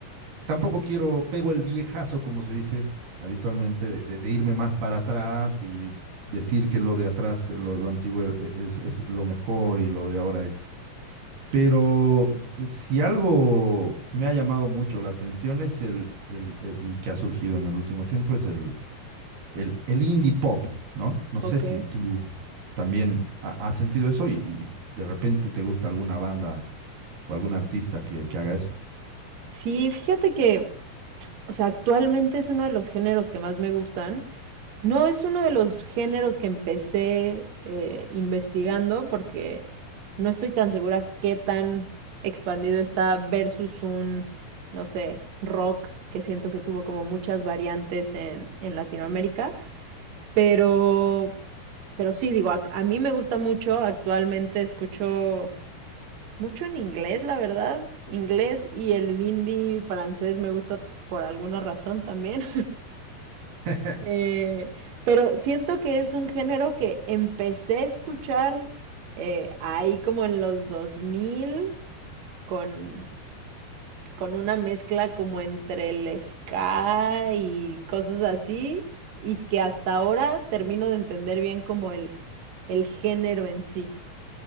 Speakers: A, on the right; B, on the right.
A: Tampoco quiero, pego el viejazo, como se dice habitualmente, de, de- de irme más para atrás y decir que lo de atrás, lo, lo antiguo e- es, es lo mejor y lo de ahora es Pero eh, si algo me ha llamado mucho la atención es el, el- el- y que ha surgido en el último tiempo, es el, el, el indie pop, ¿no? No
B: Ok.
A: sé si tú también ha- has sentido eso y, y de repente te gusta alguna banda o algún artista que, que haga eso.
B: Sí, fíjate que, o sea, actualmente es uno de los géneros que más me gustan. No es uno de los géneros que empecé eh, investigando porque no estoy tan segura qué tan expandido está versus un, no sé, rock que siento que tuvo como muchas variantes en, en Latinoamérica. Pero, pero sí, digo, a, a mí me gusta mucho. Actualmente escucho mucho en inglés, la verdad. Inglés y el indie francés me gusta por alguna razón también.
A: <laughs>
B: Eh, pero siento que es un género que empecé a escuchar eh, ahí como en los 2000 con, con una mezcla como entre el ska y cosas así y que hasta ahora termino de entender bien como el, el género en sí.